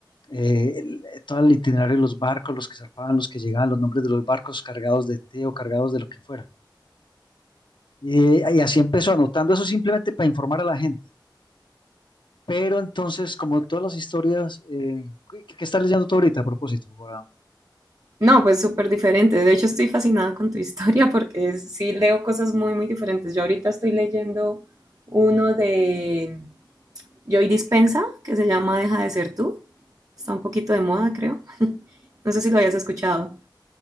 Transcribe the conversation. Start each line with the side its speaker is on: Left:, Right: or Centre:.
Left: eh, el- todo el itinerario de los barcos, los que zarpaban, los que llegaban, los nombres de los barcos cargados de té o cargados de lo que fuera. Eh, y así empezó anotando eso simplemente para informar a la gente. Pero entonces, como todas las historias, eh, ¿qué, qué estás leyendo tú ahorita a propósito? Para-
Right: No, pues súper diferente. De hecho, estoy fascinada con tu <laughs> historia porque es- sí leo cosas muy, muy diferentes. Yo ahorita estoy leyendo uno de Joy Dispensa que se llama Deja de ser tú. Está un poquito de moda, creo. No sé si lo habías escuchado.